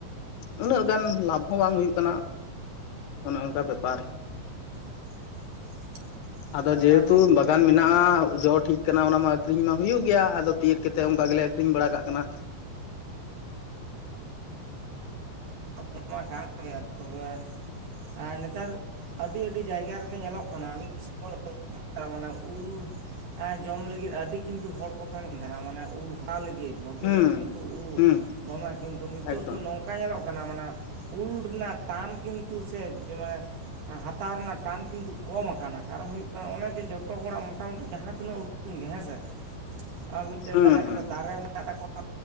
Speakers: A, on the left; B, on the right.
A: ᱩᱱᱟᱹᱜ ᱜᱟᱱ ᱞᱟᱵᱷ ᱦᱚᱸ ᱵᱟᱝ ᱦᱩᱭᱩᱜ ᱠᱟᱱᱟ ᱚᱱᱮ ᱚᱱᱠᱟ ᱵᱮᱯᱟᱨ
B: <unintelligible>
A: ᱟᱫᱚ
B: ᱚᱱᱟ
A: ᱡᱮᱦᱮᱛᱩ
B: ᱦᱚᱸ
A: ᱵᱟᱜᱟᱱ ᱢᱮᱱᱟᱜᱼᱟ ᱡᱚ ᱴᱷᱤᱠ ᱠᱟᱱᱟ ᱚᱱᱟ ᱢᱟ ᱟᱠᱷᱨᱤᱧ ᱢᱟ ᱦᱩᱭᱩᱜ ᱜᱮᱭᱟ ᱟᱫᱚ ᱛᱤᱭᱳᱜ ᱠᱟᱛᱮ ᱚᱱᱠᱟ ᱜᱮᱞᱮ ᱟᱠᱷᱨᱤᱧ ᱵᱟᱲᱟ ᱠᱟᱜ ᱠᱟᱱᱟ
B: ᱚᱱᱟ ᱢᱟ ᱠᱟᱱ ᱜᱮᱭᱟ ᱛᱚᱵᱮ ᱟᱨ ᱱᱮᱛᱟᱨ ᱟᱹᱰᱤ ᱟᱹᱰᱤ ᱡᱟᱭᱜᱟ ᱨᱮᱜᱮ ᱧᱮᱞᱚᱜ ᱠᱟᱱᱟ ᱢᱤᱫ ᱥᱚᱢᱚᱭ ᱢᱟᱱᱮ ᱩᱞ ᱡᱚᱢ ᱞᱟᱹᱜᱤᱫ ᱟᱹᱰᱤ ᱠᱤᱱᱛᱩ ᱦᱚᱲ ᱠᱚ ᱛᱟᱦᱮᱱ ᱠᱟᱱ ᱛᱟᱦᱮᱱᱟ ᱢᱟᱱᱮ ᱩᱞ ᱦᱟᱛᱟᱣ ᱞᱟᱹᱜᱤᱫ ᱵᱷᱟᱜ ᱵᱷᱟᱜᱤ
A: ᱦᱩᱸ
B: ᱞᱟᱹᱴᱩ ᱞᱟᱹᱴᱩ ᱩᱞ
A: ᱦᱩᱸ
B: ᱫᱚᱢᱮ ᱠᱤᱱᱛᱩ ᱱᱤᱛᱚᱜ
A: ᱮᱠᱫᱚᱢ
B: ᱫᱚ ᱱᱚᱝᱠᱟ ᱧᱮᱞᱚᱜ ᱠᱟᱱᱟ ᱢᱟᱱᱮ ᱩᱞ ᱨᱮᱱᱟᱜ ᱴᱟᱱ ᱠᱤᱱᱛᱩ ᱥᱮ ᱢᱟᱱᱮ ᱦᱟᱛᱟᱣ ᱨᱮᱱᱟᱜ ᱴᱟᱱ ᱠᱤᱱᱛᱩ ᱠᱚᱢ ᱟᱠᱟᱱᱟ ᱠᱟᱨᱚᱱ ᱦᱩᱭᱩᱜ ᱠᱟᱱᱟ ᱚᱱᱮ ᱡᱮ ᱡᱚᱛᱚ ᱦᱚᱲᱟᱜ ᱢᱳᱚᱴᱟᱢᱩᱴᱤ ᱡᱟᱦᱟᱸ ᱛᱤᱱᱟᱹᱜ ᱩᱰᱠᱝ ᱜᱮ ᱦᱮᱸᱥᱮ ᱟᱨ ᱢᱤᱫᱴᱮᱱ
A: ᱦᱩᱸ
B: ᱵᱟᱨᱭᱟ ᱠᱟᱛᱮᱫ
A: ᱦᱩᱸ
B: ᱫᱟᱨᱮ ᱢᱮᱱᱟᱜ ᱛᱟᱠᱚᱣᱟ